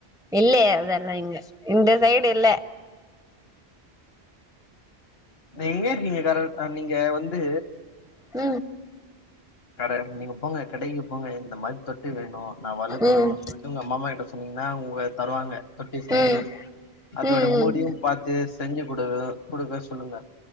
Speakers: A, in the centre; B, on the left.
A: இல்லயே அதெல்லா இங்க இந்த சைடு இல்ல
B: எங்க இருக்கீங்க கரக்ட் நீங்க வந்து
A: உ
B: கட நீங்க போங்க கடைக்கு போங்க இந்த மாரி தொட்டி வேணு நா வழக்கணு
A: ம்
B: சொல்லிட்டு உங்க மாமா கிட்ட சொல் ன்னா உங்க தருவாங்க தொட்டி செஞ்சு
A: ம்
B: அதோட
A: ம்
B: மூடியு
A: ம்
B: பாத்து செஞ்சு குடு புடுக்கேஸ் சொல்லுங்க